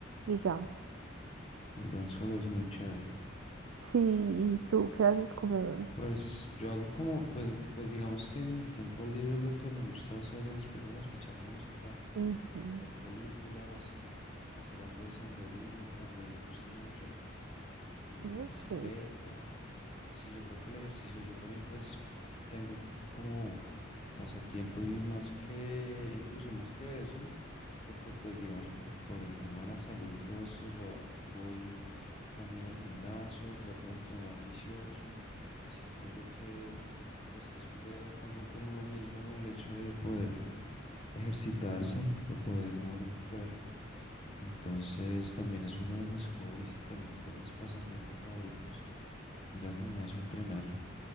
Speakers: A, on the right; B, on the left.
A: Y ya,
B: El dancehall es muy chévere.
A: sí, ¿y tú qué haces como...
B: Pues yo hago como, pues, pues digamos que en mis tiempos libres lo que me gusta hacer es, pues bueno, escuchar música,
A: Ujú.
B: ver películas, hacer algo de senderismo, también me gusta mucho. montar
A: Ok.
B: bicicleta. Sí, yo creo que el ejercicio, yo también pues tengo c- como pasatiempo y más que, incluso más que eso, porque pues digamos por, por el tema de la salud y todo esto, yo voy también al gimnasio, trato de entrenar juicioso, siento yo que pues que es un deber también con uno mismo el hecho de poder ejercitarse, de poder mover el cuerpo. Entonces también es uno de mis hobbies y también de mis pasatiempos favoritos, ir al gimnasio a entrenar.